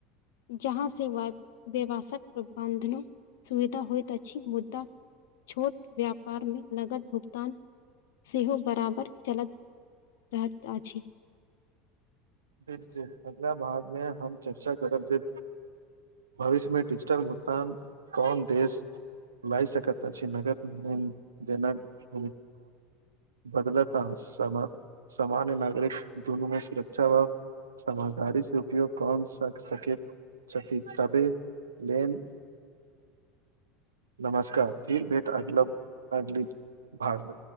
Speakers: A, on the left; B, on the right.
A: जहा से व्यवशक प्रबन्धना। सुविधा होइत अछि मुदा छोट व्यापार मे नगद भुगतान। सेहो बराबर चलत रहत अछि
B: बिल्कुल अगला बादमे हम चर्चा करब जे। भविष्य मे डिजिटल भुगतान कौन देश। लइ सकत अछि नगद मे। बदलता, समान सामान्य नागरिक दुनू में सुरक्षा वा समझदारी से उपयोग कोन सक सकेंत छथि तबे लेन नमस्कार फिर भेट अग लब <inaudible> भाग।